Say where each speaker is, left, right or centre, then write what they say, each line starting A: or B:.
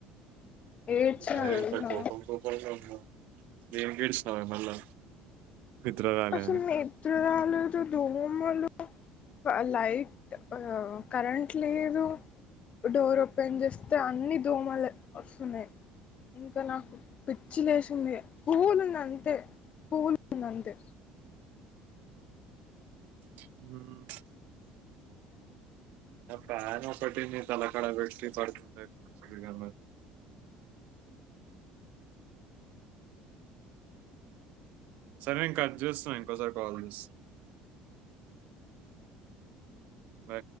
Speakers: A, on the left (about 45°); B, on the right (about 70°).
A: ఏడ్చిన
B: అదే
A: తెలుసా
B: ఇంకా కోపం కోపంమ్గా ఉన్నావ్ దేనికి ఎడుస్తానావే మళ్ళా నిద్ర రాలే
A: అసలు
B: అని.
A: నిద్ర రాలేదు దోమలు ఆ లైట్ కరెంట్ లేదు డోర్ ఓపెన్ చేస్తే అన్నిీ దోమలు వస్తున్నాయి. ఇంకా నాకు పిచ్చి లేసింది కుల్ ఉంది అంతే కూల్ గా ఉంది అంతే
B: హ్మ్. ప్యాన్ ఒకటింది తలకడ పెట్టి పడుతుండ పగాంలో సరే నేను కట్ చేస్తున్న ఇంకోసారి కాల్ చేస్తా వే